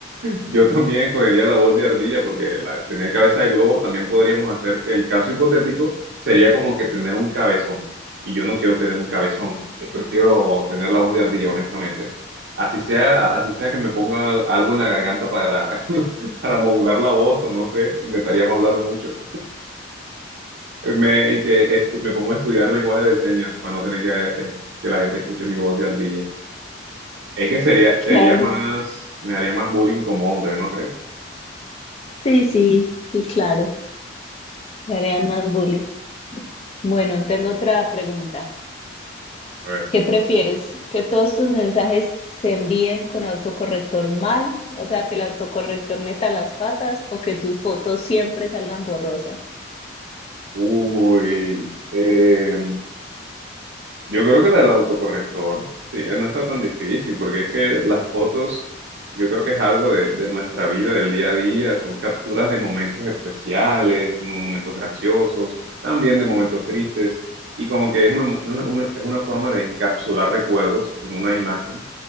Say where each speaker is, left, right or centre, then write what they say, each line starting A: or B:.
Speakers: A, on the right; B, on the left.
A: Yo también escogería la voz de ardilla porque la, tener cabeza de globo también podríamos hacer que el caso hipotético sería como que tener un cabezón. Y yo no quiero tener un cabezón. Yo prefiero tener la voz de ardilla, honestamente. Así sea, así sea que me ponga algo en la garganta para, <laughs> para modular la voz o no sé, intentaría no hablar mucho. Eh, Me, y que estu- me pongo a estudiar lenguaje de señas para no tener que, eh, que la gente escuche mi voz de ardilla. Es que sería, sería
B: Claro,
A: más, me haría más bullying como hombre, ¿no crees?
B: sí, sí, sí, claro, se harían más bullying. Bueno, tengo otra pregunta.
A: A ver.
B: ¿Qué prefieres? ¿Que todos tus mensajes se envíen con autocorrector mal? O sea, que el autocorrector meta las patas o que tus fotos siempre salgan borrosas.
A: Uy, em, yo creo que la del autocorrector, sí, eh, no está tan difícil, porque es que las fotos, yo creo que es algo de, de nuestra vida, del día a día, son capturas de momentos especiales, no- momentos graciosos, también de momentos tristes, y como que es una, mo- una- una- es una forma de encapsular recuerdos en una imagen.